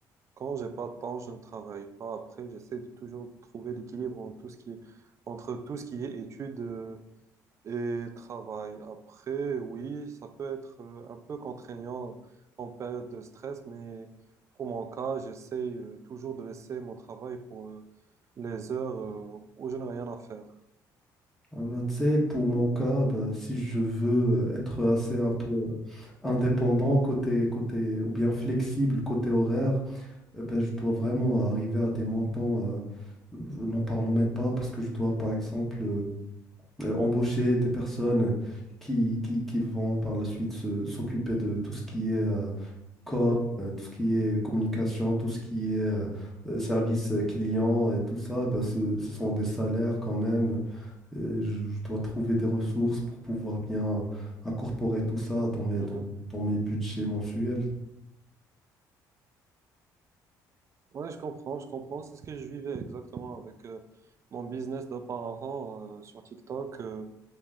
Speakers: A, on the right; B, in the centre.
A: Quand j'ai pas de temps, je ne travaille pas. Après, j'essaie de toujours trouver l'équilibre entre tout ce qui est, entre tout ce qui est études. euh, Et travail après, oui, ça peut être euh, un peu contraignant en période de stress, mais pour mon cas, j'essaie euh, toujours de laisser mon travail pour euh, les heures euh, où je n'ai rien à faire.
B: Ah bah, tu sais, pour mon cas, bah, si je veux euh, être assez un peu indépendant côté, côté, ou bien flexible côté horaire, eh ben, je dois vraiment arriver à des montants, euh, euh, n'en parlons même pas, parce que je dois, par exemple, euh, euh, embaucher des personnes qui, qui, qui vont par la suite se- s'occuper de tout ce qui est euh, com,
A: Mhm,
B: euh, tout ce qui est communication, tout ce qui est euh, euh, service client et tout ça. Eh ben ce, ce sont des salaires quand même. Euh, je je dois trouver des ressources pour pouvoir bien incorporer tout ça dans mes,
A: mhm.
B: dans, dans mes budgets mensuels.
A: Ouais, je comprends, je comprends. C'est ce que je vivais exactement avec euh, mon business d'auparavant euh, sur TikTok. euh,